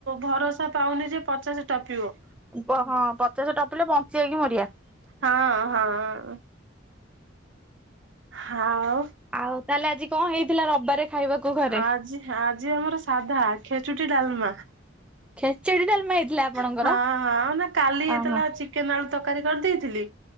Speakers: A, on the right; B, in the centre.
A: ଭରସା ପାଉନି ଯେ ପଚାଶ ଟପିବ।
B: ହଁ, ପଚାଶ ଟପିଲେ ବଞ୍ଚିିବାକି ମରିିବା।
A: ହଁ, ହଁ, ହଁ। ହଁ। ଆଉ
B: ଆଉ ତାହେଲେ ଆଜି କଣ ହେଇଥିଲା ରବିବାରେ ଖାଇବାକୁ? ଘରେ
A: ଆଜି, ଆଜି ଆମର ସାଧା ଖେଚୁଟି ଡାଲମା।
B: କ୍ଷେଚେଡ଼ି ଡାଲମା ହେଇଥିଲା। ଆପଣଙ୍କର
A: ହଁ, ହଁ ନା କାଲି ହେଇଥିଲା
B: ଓହୋ
A: ଚିକେନ ଆଳୁ ତରକାରୀ କରିଦେଇଥିଲି।